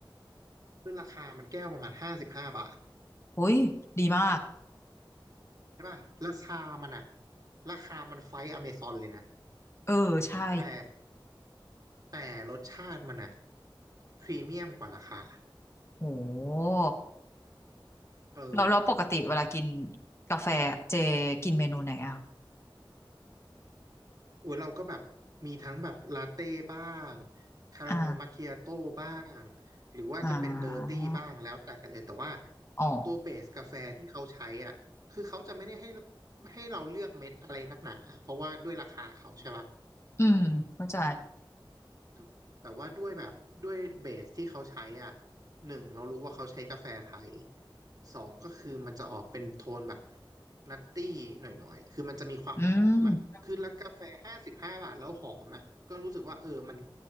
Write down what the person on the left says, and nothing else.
โอ้ยดีมาก
เออใช่
โห
แล้วแล้วปกติเวลากินกาแฟเจกินเมนูไหนอะ
อ่า
อ่าอ๋อ
อืมเข้าใจ
อืม